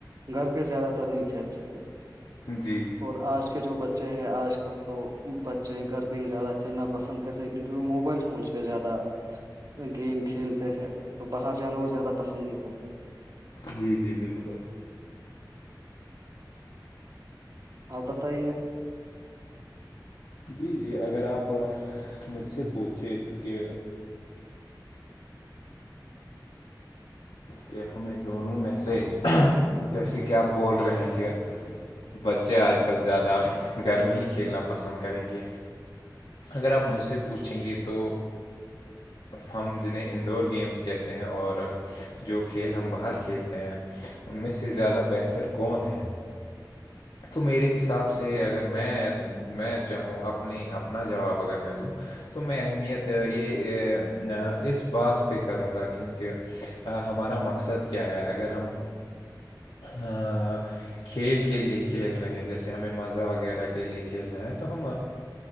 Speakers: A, on the right (about 50°); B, on the left (about 85°).
A: گھر پہ زیادہ تر نہیں کھیلتے تھے
B: جی
A: اور آج کے جو بچے ہیں آج کل تو بچے گھر پہ ہی زیادہ کھیلنا پسند کرتے کیونکہ وہ موبائل فونس پہ زیادہ گیم کھیلتے ہیں تو باہر جانا وہ زیادہ پسند نہیں کرتے
B: جی جی بالکل
A: آپ بتائیے
B: جی جی اگر آپ مجھ سے پوچھے کہ کہ ہمیں دونوں میں سے جیسے کہ آپ بول رہے ہیں کہ بچے آج کل زیادہ گھر میں ہی کھیلنا پسند کریں گے اگر آپ مجھ سے پوچھیں گے تو ہم جنہیں انڈور گیمس کہتے ہیں اور جو کھیل ہم باہر کھیلتے ہیں ان میں سے زیادہ بہتر کون ہے تو میرے حساب سے اگر میں میں چاہوں اپنی اپنا جواب اگر میں دوں تو میں اہمیت یہ اس بات پہ کروں گا کیونکہ ہمارا مقصد کیا ہے اگر ہم ہ کھیل کے لیے کھیل رہے ہیں جیسے ہمیں مزہ وغیرہ کے لیے کھیلنا ہے تو ہم